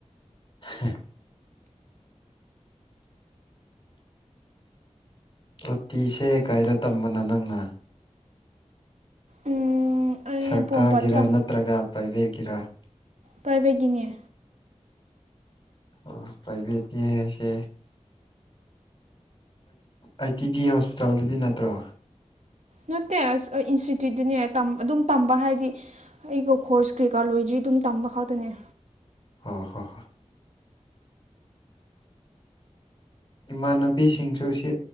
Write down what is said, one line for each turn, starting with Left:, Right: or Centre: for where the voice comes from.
Left: ꯎ ꯎꯇꯤꯁꯦ ꯀꯥꯏꯗ ꯇꯝꯕꯅꯣ ꯅꯪꯅ
Right: ꯎꯝ ꯑꯩ
Left: ꯁꯔꯀꯥꯔꯒꯤꯔ
Right: ꯄꯣꯔꯣꯝꯄꯥꯠꯇ ꯇꯝ
Left: ꯅꯠꯇ꯭ꯔꯒ ꯄ꯭ꯔꯥꯏꯚꯦꯠꯀꯤꯔ
Right: ꯄ꯭ꯔꯥꯏꯚꯦꯠꯀꯤꯅꯦ
Left: ꯑꯣ ꯄ꯭ꯔꯥꯏꯚꯦꯠꯅꯤꯁꯦ ꯑꯩ ꯇꯤ ꯗꯤ ꯍꯣꯁꯄꯤꯇꯥꯜꯗꯗꯤ ꯅꯠꯇ꯭ꯔꯣ
Right: ꯅꯠꯇꯦ ꯑꯁ ꯏꯟꯁꯇꯤꯇ꯭ꯌꯨꯠꯇꯨꯅꯦ ꯑꯗꯨꯝ ꯇꯝꯕ ꯍꯥꯏꯗꯤ ꯑꯩꯒꯣ ꯈꯣꯔꯁ ꯀ꯭ꯔꯤꯀꯥꯔꯠ ꯂꯣꯏꯗ꯭ꯔꯤ ꯑꯗꯨꯝ ꯇꯝꯕ ꯈꯥꯛꯛꯇꯅꯦ
Left: ꯑꯣ ꯍꯣ ꯍ ꯏꯃꯥꯟꯅꯕꯤꯁꯤꯡꯁꯨ ꯁꯤ